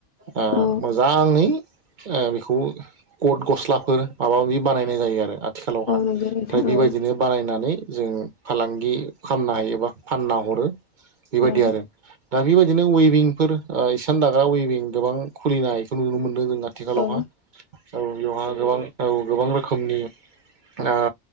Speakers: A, on the right; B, on the left.
A: ओ
B: औ
A: मोजाङै ओ बेखौ कट गस्लाफोर माबा माबि बानायनाय जायो आरो आ आथिखालावहा
B: औ
A: ओमफ्राय
B: नंगौ नोंथां
A: बेबायदिनो
B: औ
A: बानायनानै जों फालांगि खालामनो हायोबा फानना हरो बेबायदि
B: औ
A: आरो दा बेबायदिनो उइभिंफोर इसान दाग्रा उइभिं गोबां खुलिनायखौ नुनो मोनदों जों आथिखालावहा
B: औ
A: औ बेवहा गोबां औ गोबां रोखोमनि ओ